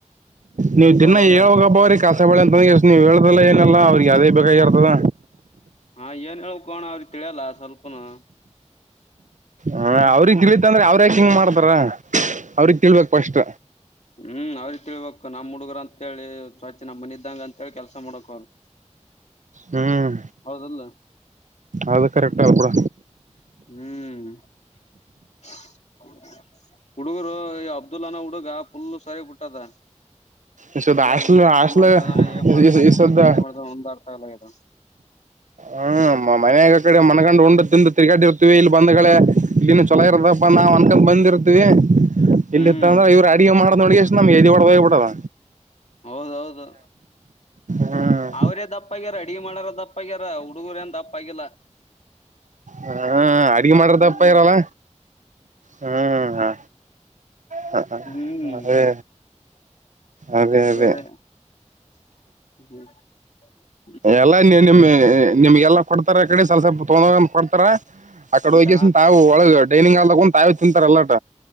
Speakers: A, on the right (about 80°); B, on the left (about 65°).
A: ನೀವು ದಿನ
B: ಹೌದಲ್ಲ
A: ಹೇಳ್ ಹೋಗಪ <unintelligible> <unintelligible> <unintelligible> ನೀವು ಹೇಳ್ದಲ್ಲಏಲ್ಲ ಅವ್ರಿಗೆ ಅದೇ ಬೇಕಾಗಿರ್ತದ
B: ಹಾ ಏನ್ ಹೇಳ್ಬೇಕೋ ಅಣ್ಣಾ ಅವ್ರಿ ತಿಳಿಯಲ್ಲ ಸ್ವಲ್ಪನು ಹ್ಮ್
A: ಹ ಅವ್ರಗ್ ತಿಳಿತ ಅಂದ್ರೆ ಅವ್ರ ಯಾಕ ಹಿಂಗ್ ಮಾಡ್ತಾರ ಅವ್ರಗ್ ತಿಳ್ಬೇಕ್ ಫಸ್ಟ್
B: ಹ್ಮ್ ಅವ್ರಿ ತಿಳ್ಬಕ್ ನಮ್ ಹುಡುಗ್ರ ಅಂತ ಹೇಳಿ ಸ್ವಚ್ಛ ನಮ್ಮ್ ಮನಿ ಇದಂಗ ಅಂತ ಹೇಳಿ ಕೆಲ್ಸ ಮಾಡ್ಬೇಕು ಅವ್ರು
A: ಹ್ಮ್
B: ಹೌದಲ್ಲ
A: ಅದು ಕರೆಕ್ಟ್ ಬುಡ
B: ಹ್ಮ್ <unintelligible> <unintelligible> ಹುಡುಗರು ಇ ಅಬ್ದುಲ್ಲನ ಹುಡುಗ ಪುಲ್ ಸರಿ <unintelligible> ದ
A: ಇಸದ
B: ಏನ್
A: ಹಾಸ್ಟ್ಲ್
B: ಉಡಿ ಚಿಂತೆ
A: ಹಾಸ್ಟ್ಲ್
B: ಮಾಡ್ತಾನ ಏನ್ ಮಾಡ್ತಾನ
A: ಇಸದ
B: ಊಟ ಚಿಂತೆ ಮಾಡ್ತಾನ ಒಂದತ <unintelligible>
A: ಹ್ಮ್ ಮನೆಯಾಗ ಕಡೆ ಮನಗಂಡ ಉಂಡು ತಿಂದು ತಿರುಗಾಡಿ ಇರ್ತಿವಿ ಇಲ್ಲಿ ಬಂದ್ ಕಡೆೇ ಇಲ್ಲಿನ್ ಚೊಲೋ ಇರದಪ್ಪ ನಾವು ಅಂದ್ಕೊಂಡ್ ಬಂದಿರ್ತೀವಿ
B: ಹ್ಮ್
A: ಇಲ್ಲಿ ಇತ್ತ ಅಂದ್ರ ಇವ್ರ ಅ <unintelligible> ಮಾಡ ನೋಡಿ ಎಷ್ಟ ನಮ್ ಎದಿ ಹೊಡ ಹೋಗ್ಬಬಿಟ್ಟದ
B: ಹೌದೌದು
A: ಹ್ಮ್
B: ಅವ್ರೇ ದಪ್ಪ ಆಗ್ಯಾರ ಅಡಿಗೆ ಮಾಡಾರ ದಪ್ಪ ಆಗ್ಯಾರ ಹುಡುಗುರ ಏನ್ ದಪ್ಪ ಆಗಿಲ್ಲಾ
A: ಹಾ ಅಡ್ಗೆ ಮಾಡಾರ
B: ಹ್ಮ್
A: ದಪ್ಪ ಆಗ್ಯಾರಲ್ಲ ಹ್ಮ್ ಹಾ <unintelligible>
B: ಹ್ಮ್
A: ಅದೇ ಅದೇ ಅದೇ
B: ಕರೆ ಹ್ಮ್
A: ಎಲ್ಲಾ ನಿಮ ನಿಮ್ಗೆಲ್ಲಾ ಕೊಡ್ತಾರ ಕಡೆ ಸ್ವಲ್ ಸ್ವಲ್ಪ ತೊೊಂಡ ಕೊಡ್ತಾರ ಆಕಡೆ
B: ಈಗ
A: ಹೋಗ್ಯಸನ್ ತಾವು ಒಳಗ ಡೈನಂಗ ಹಾಲ್ ತಗೊಂಡು ತಾವವು ತಿಂತಾರಲ್ಲಾಟ